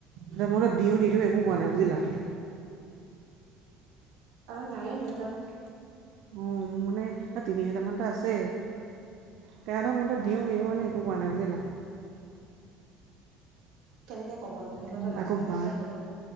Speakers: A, on the right (about 50°); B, on the right (about 80°).
A: দ মইতো
B: উম
A: দিওঁ নিদিওঁ একো কোৱা নাই বুজিলা।
B: আৰু নায়ে কিন্তু তাত।
A: অঁ মোৰ মানে তিনি হেজাৰ মান এটা আছে। তেওঁ এটা মনটোত দিওঁ নিদিওঁ মানে একো কোৱা নাই বুজিলা।
B: কেনেকে ক'ব নো সিহঁতৰ
A: উম,
B: তাত আছে
A: আকৌ বাক
B: যেতিয়া সেইটো।